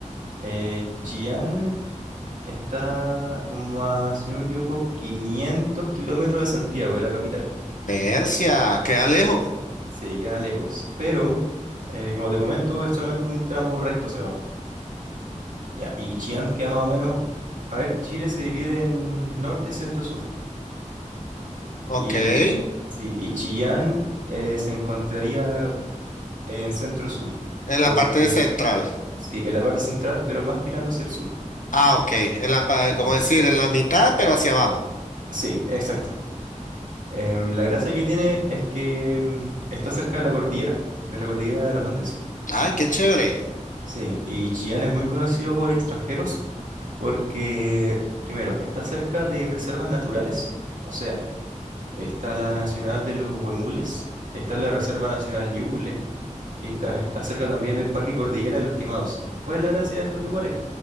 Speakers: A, on the right; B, on the left.
A: eh, Chillán está como a, si no me equivoco, 500 kilómetros de Santiago, de la capital.
B: Bercia, queda lejos.
A: Se queda lejos, pero, eh, como te comento, es solamente un tramo recto hacia abajo. Ya, y Chillán queda más o menos, a ver, Chile se divide en norte, centro, sur.
B: Ok,
A: Y,
B: en
A: Chi- sí, y Chillán eh, se encontraría en centro-sur.
B: la
A: Porque
B: parte de central.
A: Sí, en la parte central, pero más tirando hacia el sur.
B: Ah, ok, en la, pa- como
A: Sí.
B: decir, en la mitad, pero hacia abajo.
A: Sí, exacto. Em, la gracia que tiene es que em, está cerca de la cordillera, de la cordillera de los Andes.
B: Ay, qué chévere.
A: Sí, y Chillán es muy conocido por extranjeros porque, primero, está cerca de reservas naturales, o sea, está la Nacional de los Huemules, está la Reserva Nacional Ñuble, y está, está cerca también el Parque Cordillera de los Quemados. ¿Cuál es la gracia de estos lugares?